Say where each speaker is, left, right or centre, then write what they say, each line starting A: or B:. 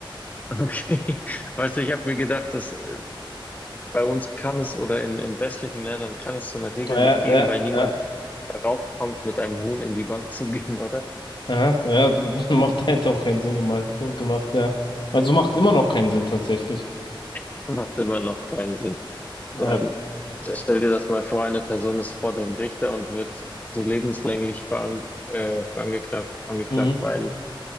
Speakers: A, on the left; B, on the left.
A: Okay. <laughs> Weißt du, ich habe mir gedacht, dass äh, bei uns kann es oder in, in westlichen Ländern kann es so eine Regel
B: Ja,
A: nicht geben,
B: ja,
A: weil niemand
B: ja,
A: darauf kommt, mit einem Huhn in die Bank zu gehen, oder?
B: ja, ja, <laughs> macht hätte auch keinen Sinn gemacht, so gemacht, ja. Also macht immer noch keinen Sinn tatsächlich.
A: <laughs> Macht immer noch keinen Sinn.
B: Ja,
A: So ein,
B: okay.
A: stell dir das mal vor, eine Person ist vor dem Richter und wird so lebenslänglich verang, äh, verangeklagt, angeklagt,
B: Mhm.
A: weil